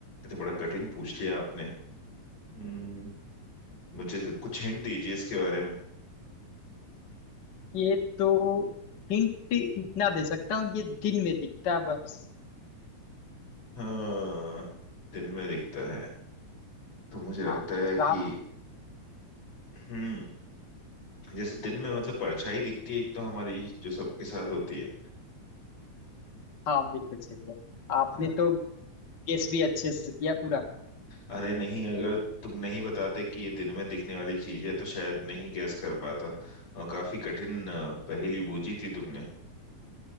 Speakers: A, on the left; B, on the left.
A: तो बड़ा कठिन पूछ लिया आपने हम्म मुझे कुछ हिंट दीजिए इसके बारे में
B: ये तो हिंट इतना दे सकता हूँ ये दिन में दिखता है बस
A: हाँ दिन में दिखता है तो मुझे लगता
B: हाँ
A: है कि
B: आप
A: हम्म जैसे दिन में मतलब परछाई दिखती है एक तो हमारी जो सबके साथ होती है
B: हाँ बिल्कुल सही है आपने
A: है ना
B: तो केस भी अच्छे से किया पूरा
A: अरे नहीं अगर तुम नहीं बताते कि ये दिन में दिखने वाली चीज है तो शायद नहीं गैस कर पाता और काफी कठिन अ, पहेली बूझी थी तुमने